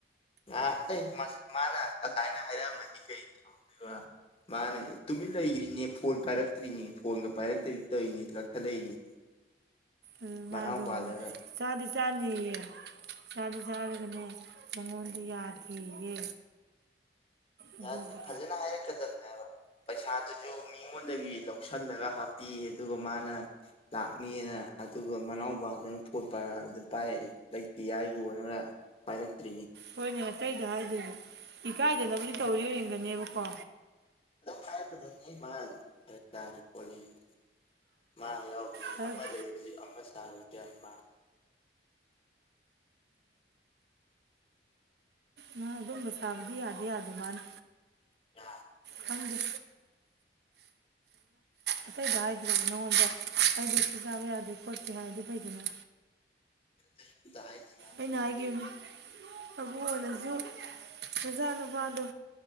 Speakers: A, on the left (about 30°); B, on the right (about 70°).
A: ꯑꯩꯈꯣꯏ ꯃꯥꯅ ꯑꯗꯥꯏꯅ ꯍꯥꯏꯔꯛ ꯑꯝꯃꯗꯤ ꯀꯩ ꯁꯥꯎꯗꯣꯏꯕ ꯃꯥꯅ ꯇꯨꯃꯤꯟ ꯂꯩꯒ꯭ꯔꯤꯅꯦ ꯐꯣꯟ ꯄꯥꯏꯔꯛꯇ꯭ꯔꯤꯅꯦ ꯐꯣꯟꯒ ꯄꯥꯏꯔꯛꯇ ꯇꯧꯔꯤꯅꯦ ꯀꯛꯊꯠꯂꯛꯏꯅꯦ
B: ꯎꯝ ꯃꯥꯗꯣ
A: ꯃꯅꯥꯎꯄꯥꯗꯒ
B: ꯆꯥꯗꯤ ꯆꯥꯅꯤꯌꯦ ꯆꯥꯗꯤ ꯆꯥꯔꯒꯅꯦ ꯃꯉꯣꯟꯗ ꯌꯥꯗꯦꯌꯦ ꯑꯗꯨꯒꯤ
A: ꯌꯥ ꯐꯖꯅ ꯍꯥꯏꯔꯛꯀꯗꯕꯅꯦ ꯍꯥꯏꯕ ꯄꯩꯁꯥꯗꯨꯁꯨ ꯃꯤꯉꯣꯟꯗꯒꯤ ꯂꯧꯁꯤꯜꯂꯒ ꯍꯥꯞꯄꯤ ꯑꯗꯨꯒ ꯃꯥꯅ ꯂꯥꯛꯅꯤꯑꯅ ꯑꯗꯨꯒ ꯃꯅꯥꯎꯄꯥꯗꯨꯅ ꯐꯣꯟ ꯄꯥꯏꯔꯛꯑꯣ ꯍꯥꯏꯕꯗ ꯄꯥꯏ ꯂꯩꯇꯦ ꯍꯥꯏꯒꯣꯅ ꯄꯥꯏꯔꯛꯇ꯭ꯔꯤꯅꯤ
B: ꯍꯣꯏꯅꯦ ꯑꯇꯩꯗ ꯍꯥꯏꯗ꯭ꯔꯥꯁꯨ ꯏꯀꯥꯏꯗꯅꯕꯨꯗꯤ ꯇꯧꯔꯤ ꯑꯣꯏꯔꯝꯒꯅꯤꯕꯀꯣ
A: <unintelligible> ꯃꯥ ꯌꯥꯎ
B: ꯈꯔ
A: ꯑꯃ ꯂꯩꯔꯁꯨ ꯑꯃ ꯆꯥꯔꯁꯨ ꯌꯥꯏ ꯃꯥ
B: ꯃꯥ ꯑꯗꯨꯕ ꯁꯥꯕꯗꯤ ꯌꯥꯗꯤ ꯌꯥꯗ ꯃꯥꯅꯤ
A: ꯌꯥꯏ
B: ꯈꯪꯗꯦ ꯑꯇꯩ ꯏ ꯔꯅꯗ ꯑꯩꯗꯁꯨ ꯆꯥꯕ ꯌꯥꯗꯦ ꯀꯣꯠꯇꯦ ꯍꯥꯏꯔꯗꯤ ꯐꯩꯗꯅ
A: ꯑꯝꯇ ꯍꯥꯏꯗꯦ
B: ꯑꯩꯅ ꯍꯥꯏꯈꯤꯕꯅꯤ ꯊꯕꯨꯡ ꯑꯣꯏꯅꯁꯨ ꯃꯆꯥ ꯅꯨꯄꯥꯗꯣ